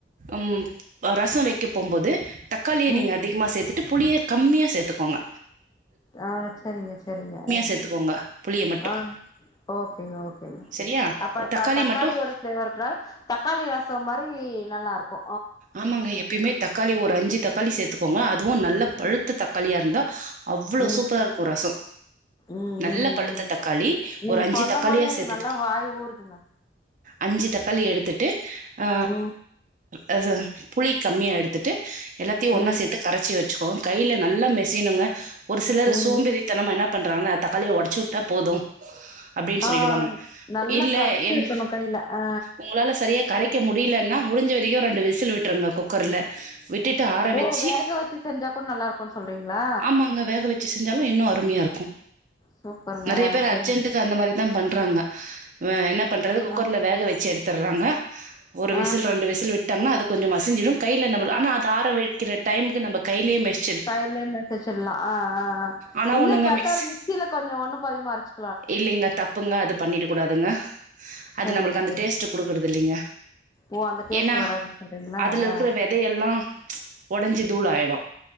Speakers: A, on the right; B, on the left.
A: ம் ரசோ வைக்க போம்போது தக்காளிய
B: ம்
A: நீங்க அதிகமா சேத்துட்டு புளிய கம்மியாக சேத்துக்கோங்க
B: ஆ சரிங்க சரிங்க ஆ
A: சேர்த்துக்கோங்க புளியை மட்டும்
B: ஆ ஓகேங்க ஓகேங்க
A: சரியா
B: அப்ப
A: தக்காளி
B: த தக்காளியோட
A: மட்டும்
B: ஃப்ளேவர் வர தக்காளி ரசோ மாரி நல்லாருக்கு
A: ஆமாங்க எப்பயுமே தக்காளி ஒரு அஞ்சி தக்காளி சேத் துக்கோங்க அதுவு நல்ல பழுத்த
B: ம்
A: தக்காளியா இருந்தா அவ்வளோ
B: ம்
A: சூப்பரா இருக்கு ரசோ
B: ம்
A: நல்ல
B: ம்
A: பழுத்த
B: ம்
A: தக்காளி
B: நீங்க
A: ஒரு அஞ்சி
B: சொல்லும்
A: தக்காளியா
B: போதே எனக்கு
A: சேத்துட்டு
B: நல்லா வாய் ஊறுதுங்க
A: அஞ்சி தக்காளி எடுத்துட்டு ஆ
B: ம்
A: ஆ ச புளி கம்மியா எடுத்துட்டு எல்லாத்தையு ஒன்னா
B: ம்
A: சேத்து கரைச்சி வச்சிக்கோங்க கைல நல்லா மெசியனுங்க ஒரு சிலர்
B: ம்
A: சோம்பேறி
B: ம்
A: தனமா என்ன பண்றாங்கன்னா தக்காளிய ஒடச்சி விட்டா போது அப்டின்னு
B: ஆ
A: சொல்லிடுவாங்க
B: நல்லா
A: இல்ல
B: கரச்சு
A: என்
B: வெக்கணு கைல ஆ
A: உங்களால சரியா கரைக்க முடியலன்னா முடிஞ்ச வரைக்கு ரெண்டு விசில் விட்டுருங்க குக்கர்ல விட்டுட்டு ஆற
B: ஓ
A: வச்சி
B: வேக வச்சு செஞ்சா கூட நல்லா இருக்குன் சொல்றீங்ளா
A: ஆமாங்க வேக வச் சி செஞ்சாலு இன்னு அருமையா இருக்கு
B: சூப்பருங்க
A: நெறைய பேர்
B: சரிங்க
A: அர்ஜென்ட்க்கு அந்த மாரி தா பண்றாங்க ஆ என்ன பண்றது குக்கர்ல
B: ஆ
A: வேக வச்சி எடுத்துர்றாங்க ஒரு விசில்
B: ஆ
A: ரெண்டு விசில் விட் டாங்கன்னா அது கொஞ்சோ மசிஞ்சிரு கைல நம்ம ஆனா அது ஆர வைக்கிற டைமுக்கு நம்ம கையிலயே மெசி
B: கைலயே மெசிச்சிடலா ஆ ஆ ஆ
A: ஆனா
B: இன்னு
A: ஒண்ணுங்க
B: பெட்டர்
A: மிக்ஸி
B: மிக்சில கொஞ்சோ ஒண்ணு பாதியுமா அரைச்சு
A: இல்லைங்க தப்புங்க அது பண்ணிட கூடாதுங்க அது
B: சரிங்க
A: நம்மளுக்கு அந்த
B: சரி
A: டேஸ்ட் குடுக்குறது இல்லைங்க
B: ஓ அந்த டேஸ்ட்
A: ஏன்னா
B: வராதுன் சொல்றீங்ளா
A: அதுல இருக்குற
B: ஆ
A: வெதையெல்லா ஒடைஞ்சி தூள ஆயிடு